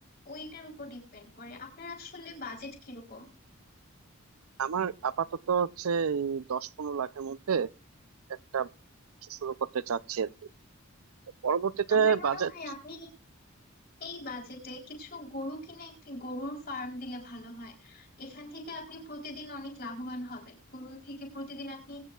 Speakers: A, on the left (about 45°); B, on the right (about 75°).
A: ওইটার উপর ডিপেন্ড করে আপনার আসলে বাজেট কিরকম
B: আমার আপাতত হচ্ছে এই দশ পনেরো লাখের মধ্যে একটা কিছু শুরু করতে চাচ্ছি আর কি তো পরবর্তীতে
A: আমার মনে
B: বাজেট
A: হয় আপনি এই বাজেটে কিছু গরু কিনে একটি গরুর ফার্ম দিলে ভালো হয় এখান থেকে আপনি প্রতিদিন অনেক লাভবান হবেন গরু থেকে প্রতিদিন আপনি